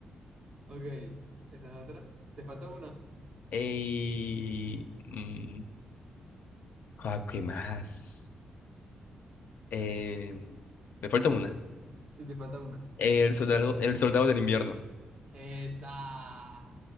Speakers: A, on the right; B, on the left.
A: Ok, esa es otra. ¿Te falta una?
B: Y. mm, ah, ¿qué más? Eh, me falta una.
A: Sí, te falta una.
B: El soldado, el soldado del invierno.
A: Esa.